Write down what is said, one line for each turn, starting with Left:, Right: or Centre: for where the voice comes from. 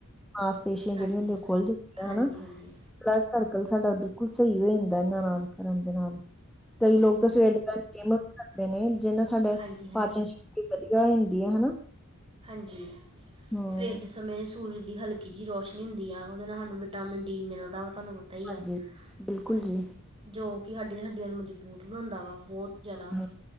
Centre: ਮਾਸਪੇਸ਼ੀਆਂ
Right: ਹਾਂਜੀ
Centre: ਜਿਹੜੀਆਂ ਹੁੰਦੀਆਂ ਉਹ ਖੁੱਲ ਜਾਂਦੀਆਂ
Right: ਹਾਂਜੀ
Centre: ਹਨਾ
Right: ਹਾਂਜੀ ਹਾਂਜੀ
Centre: ਬਲੱਡ ਸਰਕਲ ਸਾਡਾ ਬਿਲਕੁਲ ਸਹੀ ਹੋ ਜਾਂਦਾ ਇਹਨਾਂ ਨਾਲ ਕਰਨ ਦੇ ਨਾਲ ਕਈ ਲੋਕ ਤਾਂ ਸਵੇਰ ਦੇ ਫੇਮ ਕਰਦੇ ਨੇ ਜਿਹਨਾਂ ਸਾਡੇ
Right: ਹਾਂਜੀ ਹਾਂਜੀ
Centre: ਪਾਚਨ ਵਧੀਆ ਹੋ ਜਾਂਦੀ ਆ ਹਨਾ
Right: ਹਾਂਜੀ
Centre: ਹੂੰ
Right: ਸਵੇਰ ਦੇ ਸਮੇਂ ਸੂਰਜ ਦੀ ਹਲਕੀ ਜੀ ਰੋਸ਼ਨੀ ਹੁੰਦੀ ਉਹਦੇ ਨਾਲ ਸਾਨੂੰ ਵਿਟਾਮਿਨ ਡੀ ਮਿਲਦਾ ਵਾ ਤੁਹਾਨੂੰ ਪਤਾ ਪਤਾ ਹੀ
Centre: ਹਾਂਜੀ
Right: ਆ
Centre: ਬਿਲਕੁਲ
Right: ਹਾਂ
Centre: ਜੀ
Right: ਜੋ ਕਿ ਸਾਡੀ ਸਾਡੀਆਂ ਨੂੰ ਮਜ਼ਬੂਤ ਬਨਉਂਦਾ ਵਾ ਬਹੁਤ ਜ਼ਿਆਦਾ
Centre: ਹਾਂ